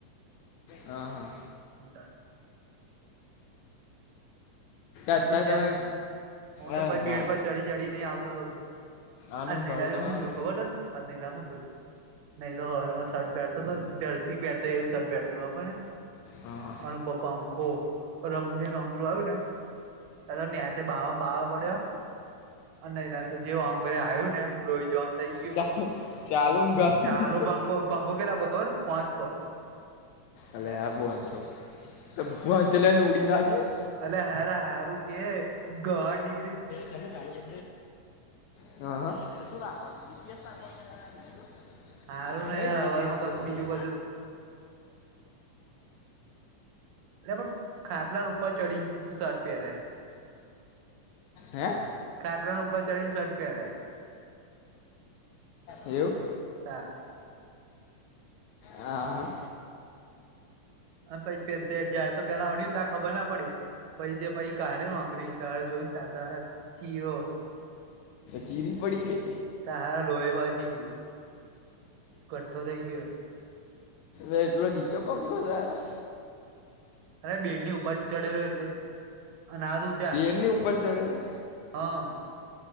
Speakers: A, on the left; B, on the right.
A: હા, હા..
B: હું તા.
A: અત્યારે
B: હું તો જેન
A: તમે
B: હું
A: અ
B: તો પ
A: ભા
B: બેડ પર ચડી ચડી નહી આવતો હતો.
A: આનું
B: આજ
A: ભાડું
B: નૈરાજ શું
A: તમારે
B: થયું ખબર તને આ નૈરા શું થયું. નઈ હવારમાં શટ પહેરતો હતો તો જર્સી પહેરતો એવું શર્ટ. ઘરનો પટે
A: હા હા
B: અને ઉપર પંખો રમદે ન આંગરું આવ્યું ને. અને નેચે બાવ બાવો પડ્યો અને ન જે અંગરે આવ્યું ને લોહી. જો આમ થઈ ગયું
A: ચાલ ચાલુ ગાલી
B: ચાલુ
A: દીધું
B: પંખો પંખો કેલા પર ખબર પાંચ પર.
A: અલયા આવુ હતુ બચલે ને ઉડી ના જીયુ.
B: અલયા હાર હારું કે ગ ની.
A: ચાલુ શ હ હ... <unintelligible>
B: સારું ને
A: ક
B: યાર
A: જીપીએસ
B: હવારમાં
A: નાખ વાની.
B: બીજું કશું એ પણ ખટલાન ઉપર ચડીી. શર્ટ પર
A: હે
B: ખટરાનું ઉપર ચડી શર્ટ પહેને.
A: એવુું?
B: તા.
A: હા, હા..
B: પછી જયારે તો પેલા અડ ને ત ખબર ના પડી પછી જે પછી. કાઢે વાગરી તારે જોઈને તાર તારા ચીરો.
A: ચીરી પડી ગઈ
B: તારા લોહી બાજી ગયું કઠ્ઠો થઇ ગયો.
A: અ એટલો નીચો પંખો તારા
B: અરે બેડની ઉપર ચડેલો એટલે અનાથ ઉચા
A: ની ઉપર ચઢેલો.
B: હા